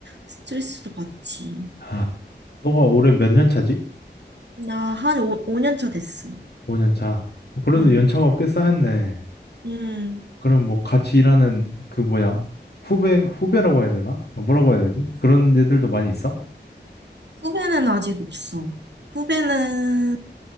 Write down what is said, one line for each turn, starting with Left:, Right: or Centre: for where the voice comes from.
Right: 스트레스도 받지.
Left: 하, 너가 올해 몇 년 차지?
Right: 나 한 5년 차 됐어.
Left: 5년 차. 어, 그래도
Right: 응,
Left: 연차가 꽤 쌓였네.
Right: 응.
Left: 그럼 뭐 같이 일하는 그 뭐냐? 후배, 후배라고 해야 되나? 어, 뭐라고 해야 되지? 그런 애들도 많이 있어?
Right: 후배는 아직 없어. 후배는